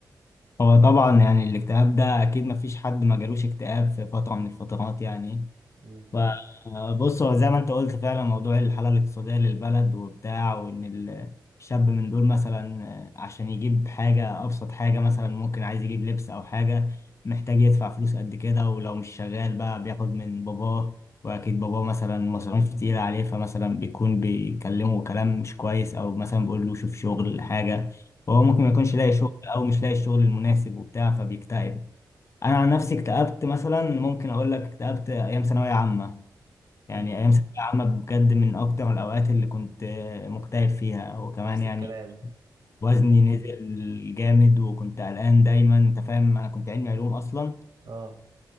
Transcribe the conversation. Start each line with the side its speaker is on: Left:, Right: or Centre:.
Left: هو طبعا يعني الاكتئاب ده اكيد ما فيش حد ما جالوش اكتئاب في فترة من الفترات يعني
Right: مم.
Left: فبص هو زي ما انت قلت فعلا موضوع الحالة الاقتصادية للبلد وبتاع وان ال- الشاب من دول مثلا آه، عشان يجيب حاجة أبسط حاجة مثلا ممكن عايز يجيب لبس أو حاجة محتاج يدفع فلوس قد كده ولو مش شغال بقى بياخد من باباه وأكيد باباه مثلا مصاريف كتيرة عليه فمثلا بيكون بيكلمه كلام مش كويس أو مثلا بيقول له شوف شغل حاجة فهو ممكن ما يكونش
Right: مم.
Left: لاقي شغل أو مش لاقي الشغل المناسب وبتاع فبيكتئب أنا عن نفسي اكتئبت مثلا ممكن أقول لك اكتئبت أيام ثانوية عامة يعني
Right: مم.
Left: أيام ثانوية عامة بجد من أكتر الأوقات اللي كنت مكتئب فيها وكمان
Right: نفس
Left: يعني
Right: الكلام
Left: وزني
Right: مم.
Left: نزل جامد وكنت قلقان دايما أنت فاهم أنا كنت علمي علوم أصلا
Right: اه